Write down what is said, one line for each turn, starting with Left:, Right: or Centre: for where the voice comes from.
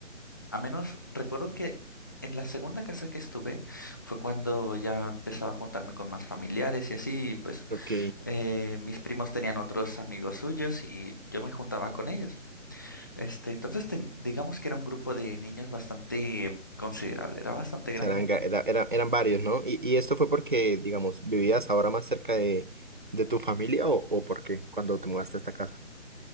Left: a menos recuerdo que en la segunda casa que estuve fue cuando ya empezaba a juntarme con más familiares y así, y pues
Right: Ok.
Left: eh, mis primos tenían otros amigos suyos y yo me juntaba con ellos. Este, entonces, ten- digamos que era un grupo de niños bastante considerable, era bastante grande.
Right: Charanga, era, era- eran varios, ¿no? Y, y esto fue porque, digamos, vivías ahora más cerca de, de tu familia o, o por qué cuando te mudaste a esta casa.